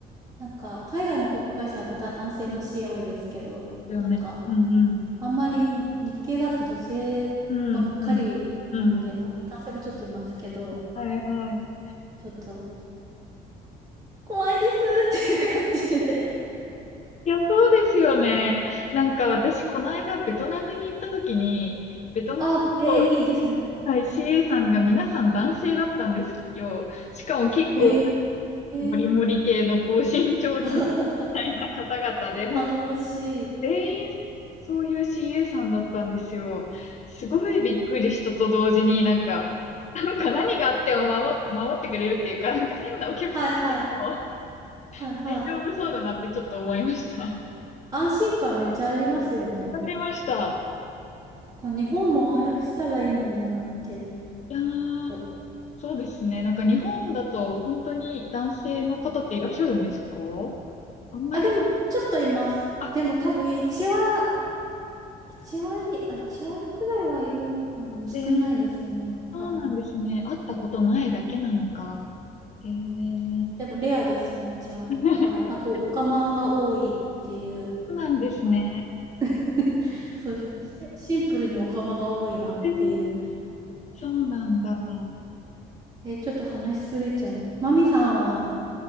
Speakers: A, on the right; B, on the left.
A: なんか、海外の航空会社だと男性の CA 多いですけど、
B: ですよね。
A: なんか、
B: うんうん。
A: あんまり日系だと女性ばっかりなんで、
B: うんうん。うん。
A: まあ男性もちょっといますけど、
B: はいはい。
A: ちょっと怖いですっていう感じで。
B: いや、そうですよね。
A: <laughs> ね
B: なんか私、この間ベトナムに行った時に、ベトナム
A: あ、えーいいですね。
B: の、はい、CA さんが皆さん男性だったんですよ。しかも結構、
A: へ
B: モリモリ系の高身長男
A: え。<laughs>
B: たいな方々で、
A: 頼もしい。
B: 本当全員そういう CA さんだったんですよ。すごいびっくりしたと同時に、なんか、なんか何があっても守、守ってくれるっていうか、なんか変なお客さんっていうのも
A: はいはい。はいはい。
B: 大丈夫そうだなってちょっと思いました。
A: 安心感めっちゃありますよね。
B: <laughs> わかりました。
A: こう日本もああいうふうしたらいいのになって。
B: いやー、
A: と。
B: そうですね。なんか日本だと本当に男性の方っていらっしゃるんですかあんまり、
A: あ、でもちょっといます。
B: あ、
A: でも多分1は1割、あ、1割くらいはいるのかな。でも少ないですね。
B: えー
A: はい。
B: そうなんですね。会ったことないだけなのか。えー、
A: うんでもレアです、めっちゃ。
B: <laughs>
A: はい。あと、オカマが多いっていう。
B: そうなんですね。
A: はい。<laughs> そうですね。シンシンプルにオカマが多いなっていう
B: えー
A: です。
B: そうなんだ。
A: はい。え、ちょっと話しすぎちゃいました。マミさんは、